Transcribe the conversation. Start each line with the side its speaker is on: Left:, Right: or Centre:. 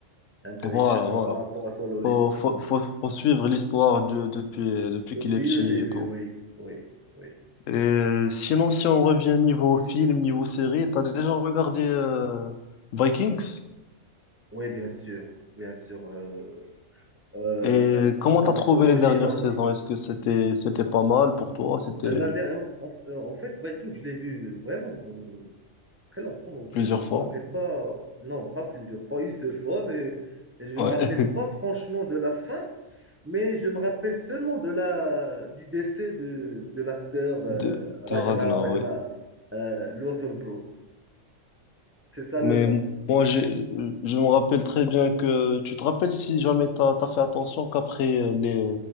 Right: intéressant
Left: Voilà, voilà.
Right: par rapport à Solo Leveling,
Left: Faut, faut,
Right: oui.
Left: faut, faut suivre l'histoire de, depuis, depuis
Right: Depuis
Left: qu'il est petit
Right: le début,
Left: et tout.
Right: oui, oui, oui.
Left: Et sinon, si on revient niveau film, niveau série, t'as déjà regardé euh, Vikings?
Right: Oui, bien sûr, bien sûr. euh, euh,
Left: Et
Right: la,
Left: comment
Right: la
Left: t'as
Right: mythologie
Left: trouvé les dernières
Right: nordique.
Left: saisons? Est-ce que c'était c'était pas mal pour toi? C'était
Right: Euh,
Left: euh,
Right: La dernière- en, en fait, Viking, je l'ai vu vraiment euh, très longtemps, donc je
Left: plusieurs
Right: ne
Left: fois.
Right: me rappelle pas, non, pas plusieurs fois, une seule fois, mais je ne
Left: Ouais.
Right: me rappelle pas
Left: <laughs>
Right: franchement de la fin, Mais je me rappelle seulement de la, du décès de, de l'acteur euh,
Left: De,
Right: Ragnar,
Left: de Ragnar,
Right: Ragnar
Left: ouais.
Right: euh, Lothbrok. C'est ça
Left: Mais
Right: le nom.
Left: moi, j'ai, je me rappelle très bien que tu te rappelles si jamais t'as t'as fait attention qu'après euh, les